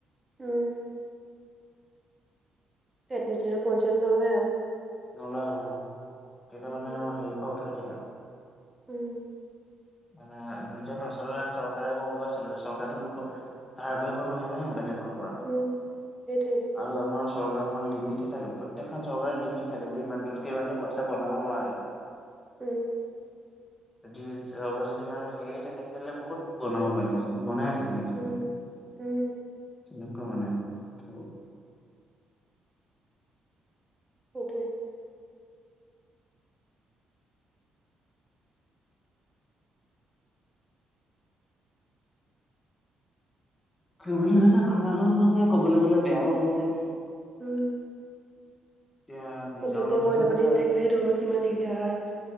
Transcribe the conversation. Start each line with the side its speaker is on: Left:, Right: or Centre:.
Right: উম। এডমিশনৰ পইচাটো নলয় আৰু।
Left: নলয় অ' কিন্তু মানে
Right: উম
Left: আমাৰ হেৰিৰপৰা উঠাই দিয়ে।
Right: উম।
Left: মানে দুইটাৰ নচল, চৰকাৰে ক'ৰ পৰা চলিব, চৰকাৰতো লোক ধাৰ কৰিব নোৱাৰি ন' বেলেগৰপৰা।
Right: উম, সেইটোৱেই।
Left: আৰু আমাৰ চৰকাৰখন লিমিটে থাকে, প্ৰত্যেকখন চৰকাৰে লিমিট থাকে যে ইমানটোতকে ইমানে পইচা বনাব নোৱাৰে। <inaudible>
Right: উম।
Left: যদি যদি মানে হেৰি থাকে বহুত বনাব পাৰিলে বনায়ে থাকিলেহেঁতেন,
Right: উম, উম,
Left: তেনেকুৱা মানে কথা।
Right: সেইটোৱে।
Left: ধৰিবলে গ'লে ভাল নালাগা হৈছে, ক'বলৈ গ'লে বেয়াও হৈছে।
Right: উম।
Left: এতিয়া নিজৰ
Right: সেইটো
Left: লগতহে
Right: টাইপৰ পইচা
Left: কথা
Right: দি থাকিলে সেইটোত কিমান দিগদাৰ হয়।